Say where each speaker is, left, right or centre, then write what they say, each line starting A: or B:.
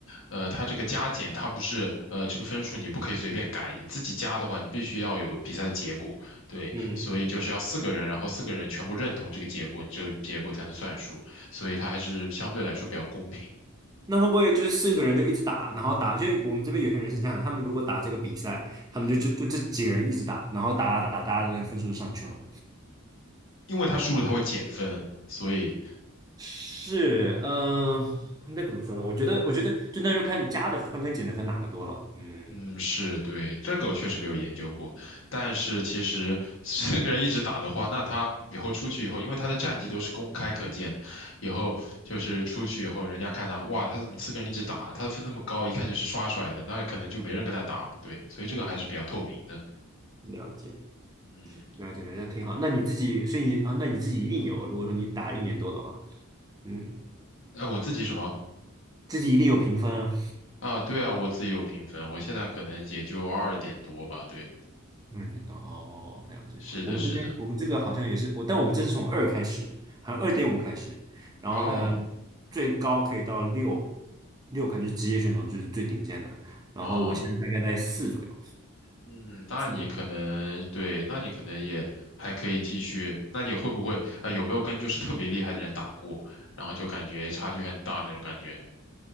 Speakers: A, on the left (about 60°); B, on the right (about 15°).
A: 呃，他这个加减，他不是呃这个分数你不可以随便改，你自己加的话，你必须要有比赛的结果，对，
B: 嗯，
A: 所以就是要四个人，然后四个人全部认同这个结果，你这个结果才能算数，所以他还是相对来说比较公平。
B: 那会不会就是四个人就一直打，然后打？就我们这边有些人是这样的，他们如果打这个比赛，
A: 嗯嗯，
B: 他们就就就这几个人一直打，然后打打打，大家的那个分数就上去了。
A: 因为他输了他会减分，所以
B: 是，嗯、应该怎么说呢？我觉得，我觉得就那时候看加的分跟减的分哪个多了。嗯
A: 嗯，是对，这个我确实没有研究过，但是其实四 <laughs> 个人一直打的话，那他以后出去以后，因为他的战绩都是公开可见的，以后就是出去以后，人家看他，哇，他怎么四个人一直打，他的分那么高，一看就是刷出来的，那可能就没人跟他打了，对，所以这个还是比较透明的。
B: 嗯嗯，了解。
A: 嗯，
B: 了解，了解，挺好。那你自己，所以你啊，那你自己一定有。如果说你打一年多的话，嗯，
A: 哎，我自己什么
B: 自己一定有评分啊。
A: 啊？对啊，我自己有评分，我现在可能也就二点多吧，对，
B: 嗯，点多哦，了解。
A: 是的，
B: 我们这边，
A: 是的，
B: 我们这个好像也是我，但我们这是从二开始，好像二点五开始，然后呢，
A: 哦，
B: 最高可以到六，六可能是职业选手，就是最顶尖的。然后我现在大概在四左右。
A: 哦。嗯，那你可能对，
B: 四点。
A: 那你可能也还可以继续。那你会不会啊、呃有没有跟就是特别厉害的人打过，然后就感觉差距很大那种感觉？